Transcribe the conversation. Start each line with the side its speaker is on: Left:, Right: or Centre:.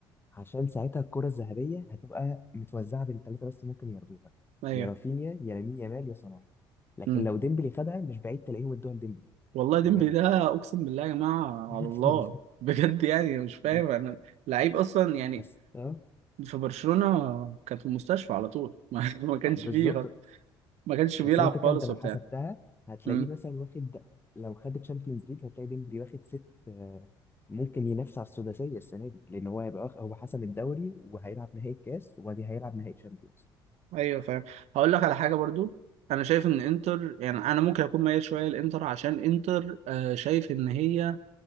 Left: عشان ساعتها الكرة الذهبية هتبقى متوزعة بين ثلاثة بس ممكن ياخدوها
Right: أيوه
Left: يا رافينيا يا لامين يامال يا صلاح لكن
Right: مم.
Left: لو ديمبلي خدها مش بعيد تلاقيهم ادوها لديمبلي
Right: والله ديمبلي
Left: بجد
Right: ده أقسم بالله يا جماعة
Left: <laughs>
Right: على الله بجد يعني مش فاهم
Left: بس
Right: أنا لعيب أصلا يعني
Left: بس اه
Right: في برشلونة كان في المستشفى على طول <laughs> ما ما كانش
Left: آه، بالظبط
Right: فيه خالص ما كانش
Left: بس
Right: بيلعب
Left: هي الفكرة
Right: خالص
Left: انت لو
Right: وبتاع
Left: حسبتها هتلاقيه
Right: إمم.
Left: مثلا واخد لو خد تشامبيونز ليج هتلاقي ديمبلي واخد ست آه، ممكن ينافس على السداسية السنة دي لأن هو هيبقى واخ- هو حسم الدوري وهيلعب نهائي الكاس وبعدين هيلعب نهائي تشامبيونز
Right: ايوه فاهم هقول لك على حاجه برضو انا شايف ان انتر يعني انا ممكن اكون ميال شويه لانتر عشان انتر آه، شايف ان هي